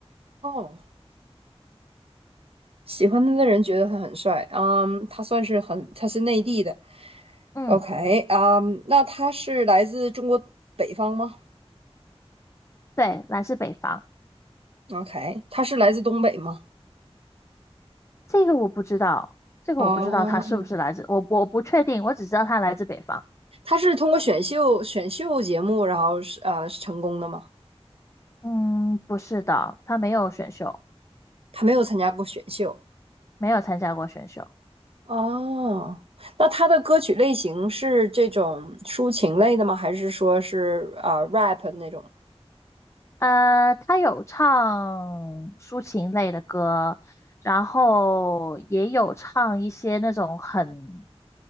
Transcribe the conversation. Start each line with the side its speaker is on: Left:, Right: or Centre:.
Right: 哦，喜欢他的人觉得他很帅，嗯，他算是很，他是内地的
Left: 嗯，
Right: ，OK，嗯，那他是来自中国北方吗
Left: 对，来自北方，
Right: ？OK，他是来自东北吗？
Left: 这个我不知道，这个我不知道他是不是来自，
Right: 哦，
Left: 我我不确定，我只知道他来自北方。
Right: 他是通过选秀选秀节目，然后是呃成功的吗？
Left: 嗯，不是的，他没有选秀，
Right: 他没有参加过选秀。
Left: 没有参加过选秀。
Right: 哦，那他的歌曲类型是这种抒情类的吗？还是说是啊、呃 rap 那种
Left: 呃，他有唱抒情类的歌，然后也有唱一些那种很，